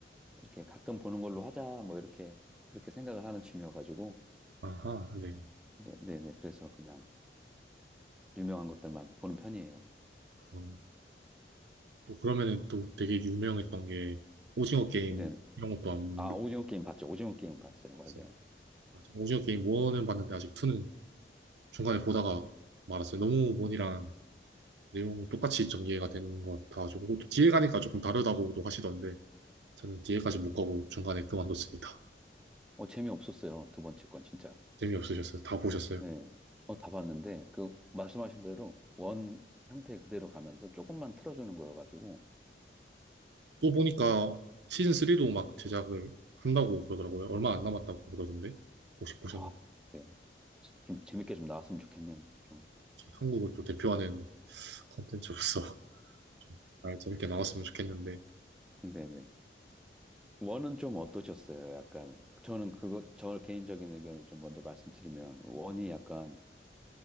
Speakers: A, in the centre; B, on the right.
A: 이렇게 가끔 보는 걸로 하자, 뭐 이렇게 그렇게 생각을 하는 취미여가지고,
B: 아하 네.
A: 네, 네, 네. 그래서 그냥 유명한 것들만 보는 편이에요.
B: 어, 또 그러면은 또 되게 유명했던 게 오징어 게임
A: 근데
B: 이런 것도 안
A: 아 오징어 게임 봤죠? 오징어 게임 봤어요,
B: 보셨어요?
A: 맞아요.
B: 아, 저 오징어 게임 1은 봤는데 아직 2는 중간에 보다가 말았어요. 너무 원이랑 내용이 똑같이 좀 이해가 되는 것 같아가지고 또 뒤에 가니까 조금 다르다고도 하시던데 저는 뒤에까지 못 가고 중간에 그만뒀습니다.
A: 어 재미없었어요, 두 번째 건 진짜.
B: 재미없으셨어요? 다 보셨어요?
A: 네, 어다 봤는데 그 말씀하신 대로 원 형태 그대로 가면서 조금만 틀어주는 거여가지고,
B: 또 보니까 시즌 3도 막 제작을 한다고 그러더라고요. 얼마 안 남았다고 그러던데 혹시 보셨나요?
A: 아 그래요. 좀 재밌게 좀 나왔으면 좋겠네요. 좀.
B: 이 한국을 또 대표하는 컨텐츠로서 <laughs> 좀 잘 재밌게 나왔으면 좋겠는데
A: 네네. 원은 좀 어떠셨어요? 약간 저는 그거 저 개인적인 의견을 좀 먼저 말씀드리면 원이 약간